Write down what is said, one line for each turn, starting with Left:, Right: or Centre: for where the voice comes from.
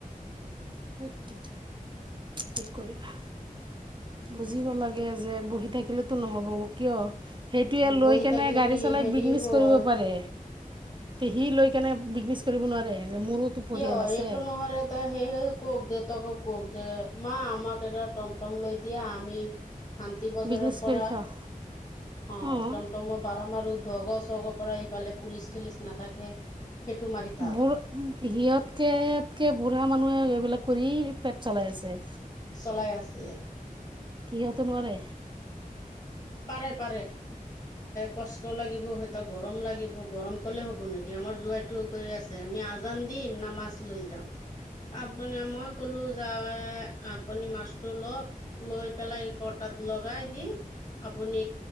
Right: সেইতো, কি কৰিবা? বুজিব লাগে, যে বহি থাকিলেতো নহ'ব। কিয়? সেইটোয়ে লৈ
Left: বহি
Right: কিনে
Left: থাকিলে
Right: গাড়ী
Left: কি
Right: চলাই
Left: হেৰি
Right: বিদনেচ
Left: হ'ব
Right: কৰিব পাৰে। তে সি লৈ কিনে বিদনেচ কৰিব নোৱাৰে? যে মোৰোতো পৰিয়াল
Left: কিয়?
Right: আছে
Left: এইটো নহ'লে এটা সেই কওক দেউতাকক কওক, যে মা আমাক এখন তমতম লৈ দিয়া আমি শান্তি বজাৰৰ
Right: বিজনেছ
Left: পৰা।
Right: কৰি খাওঁ
Left: অ,
Right: অঁ
Left: তমতমৰ ভাঢ়া মাৰো। ধগ চগ পৰা ইফালে পুলিচ তুলিচ নাথাকে। সেইটো মাৰি থাক
Right: বোৰ। সিহঁতটকে এতকে বুঢ়া মানুহে এইবিলাক কৰি পেট চলাই আছে।
Left: চলাই আছে।
Right: সিহঁতো নোৱাৰে।
Left: পাৰে পাৰে, কষ্ট লাগিব তাতে গৰম লাগিব গৰম কলে হ'ব নেকি? আমাৰ মোৰ জোৱাইটোই কৈ আছে আমি আজান দিম না মাছ লৈ যাম। আপুনি মই ক'লো জাৱাই আপুনি মাছটো ল'ক লৈ পেলাই। লগাই দি, আপুনি